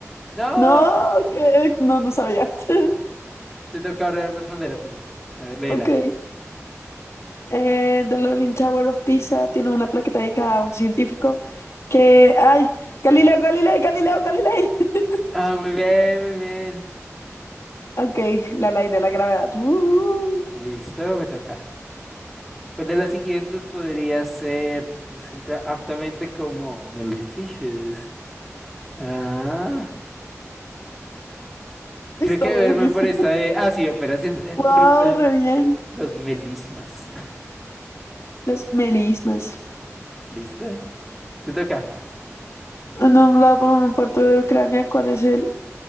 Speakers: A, in the centre; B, on the left.
A: ¡No!
B: No, ¿qué? No, no sabía. <laughs>
A: Te toca ahora responder a ti. A ver, léela.
B: Ok. Eh, The Leaning Tower of Pisa tiene una plaqueta dedicada a un científico que... ¡Ay! Galileo, Galilei, Galileo, Galilei. <laughs>
A: Ah, muy bien, muy bien.
B: Ok, la ley de la gravedad. Ujú.
A: Listo, me toca. Pues de las siguientes podría ser descrita aptamente como Maleficious. Ah, creo
B: Está
A: que
B: re
A: verme
B: difícil.
A: por esta de. Ah, sí, operación. eh,
B: ¡Wow!
A: por, por el-
B: Re bien.
A: Los melismas.
B: Los melismas.
A: <laughs> ¿Listo? Te toca.
B: Nombrado por un puerto de Ucrania, ¿cuál es el...?